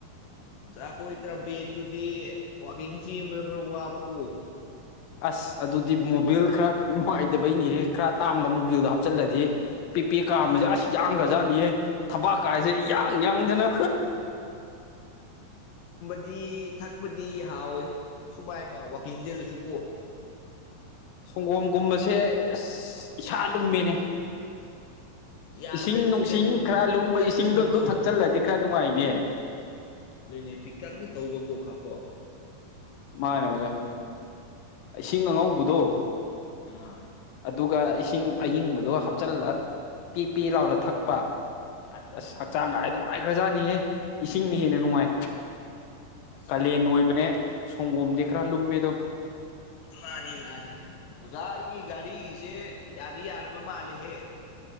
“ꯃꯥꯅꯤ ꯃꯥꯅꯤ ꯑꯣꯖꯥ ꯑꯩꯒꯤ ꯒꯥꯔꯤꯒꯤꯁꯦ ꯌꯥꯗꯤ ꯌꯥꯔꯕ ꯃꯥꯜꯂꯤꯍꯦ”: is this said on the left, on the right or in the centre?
Left